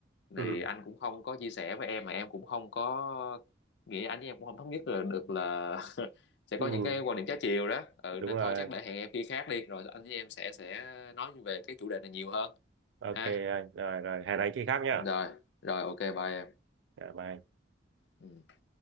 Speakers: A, on the right; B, on the left.
A: ừ,
B: thì anh cũng không có chia sẻ với em mà em cũng không có nghĩ anh với em cũng không thống nhất là được là <laughs> sẽ
A: ừ,
B: có những cái quan điểm trái chiều đó ừ,
A: đúng
B: nên
A: rồi
B: thôi chắc để hẹn em khi khác đi rồi anh với em sẽ sẽ nói về cái chủ đề này nhiều hơn
A: ok
B: ha
A: anh. rồi rồi hẹn anh khi khác nhá
B: rồi rồi ok bye em
A: dạ bye
B: Ừ.